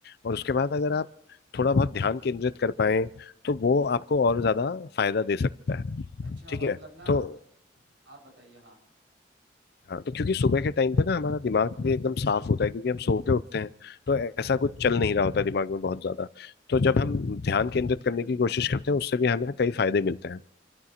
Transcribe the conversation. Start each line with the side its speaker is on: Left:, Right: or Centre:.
Left: और उसके बाद अगर आप थोड़ा बहुत ध्यान केंद्रित कर पाए तो वो आपको और ज्यादा फायदा दे सकता है
Right: अच्छा
Left: ठीक
Right: मतलब
Left: है
Right: ना
Left: तो
Right: आप बताइए हाँ
Left: हाँ तो क्योंकि सुबह के टाइम पे ना हमारा दिमाग भी एकदम साफ होता है क्योंकि हम सो के उठते हैं तो ऐसा कुछ चल नहीं रहा होता है दिमाग में बहुत ज्यादा तो जब हम ध्यान केंद्रित करने की कोशिश करते हैं उससे भी हमें कई फायदे मिलते हैं